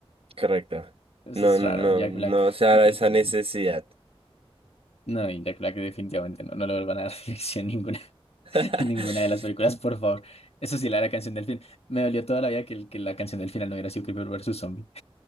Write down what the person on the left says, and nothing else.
Eso
es
raro, Jack
Black
definitivamente.
No, y Jack Black definitivamente no, no le vuelvan a dar <laughs> dirección ninguna.
En ninguna de las películas, por favor. Eso sí, la, la canción del fin. Me dolió toda la vida que, el- que la canción del final no hubiera sido Creeper versus Zombie.